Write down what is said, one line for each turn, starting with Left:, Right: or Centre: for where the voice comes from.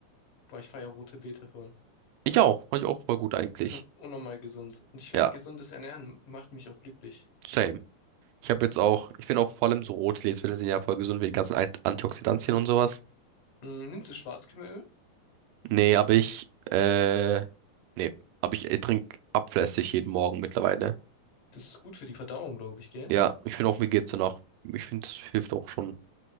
Left: Boah, ich feier rote Beete voll.
Right: Ich auch, fand ich auch voll gut eigentlich.
Left: Ist auch unnormal gesund. Und ich finde,
Right: Ja,
Left: gesundes Ernähren macht mich auch glücklich.
Right: same. Ich habe jetzt auch, ich finde auch vor allem so rote Lebensmittel sind ja voll gesund, wie die ganzen Ant- Antioxidantien und sowas.
Left: Hm, nimmst du Schwarzkümmelöl?
Right: Nee, aber ich, äh, nee, aber ich, ich trinke abflässig jeden Morgen mittlerweile.
Left: Das ist gut für die Verdauung, glaube ich, gell?
Right: Ja, ich finde auch, mir geht's danach. Ich finde, das hilft auch schon.